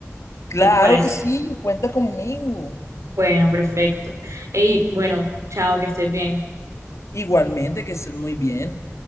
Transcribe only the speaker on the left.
Claro
que sí, cuenta conmigo.
Igualmente, que estén muy bien.